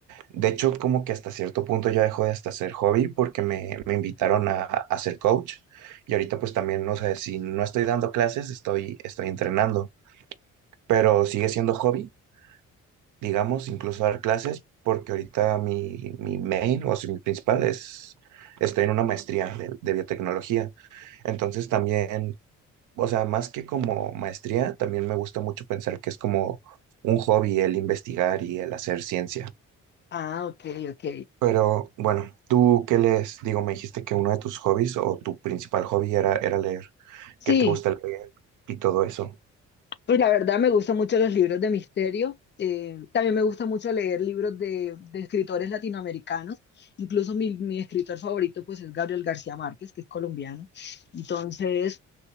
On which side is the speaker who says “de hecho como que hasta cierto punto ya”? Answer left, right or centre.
Right